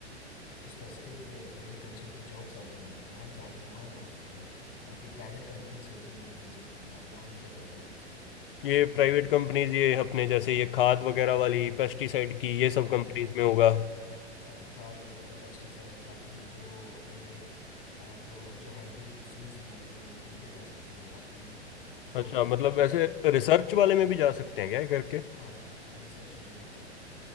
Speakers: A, on the left (about 25°); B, on the left (about 50°).
A: स्पेसिफिक एग्रीकल्चर की जॉब्स आती हैं वहाँ जा वहाँ जा सकते हो बाकी प्राइवेट कंपनीज होती है एग्रीकल्चर की आप वहाँ पे जाके अप्लाई कर सकते हो
B: ये
A: तो
B: प्राइवेट कंपनीज ये अपने जैसे ये खाद वगैरह वाली पेस्टिसाइड की ये सब
A: हाँ
B: कंपनीज में होगा
A: हाँ खाद वगैरह पेस्टिसाइड बाकी जो अगर आप अ, जो हाइब्रिड सीड्स बनाती हो उन पे जा सकते हो बाकी जो
B: अच्छा
A: किट
B: मतलब वैसे रिसर्च वाले में भी जा सकते हैं क्या ये करके
A: हाँ हाँ आप रिसर्च वाले में भी जा सकते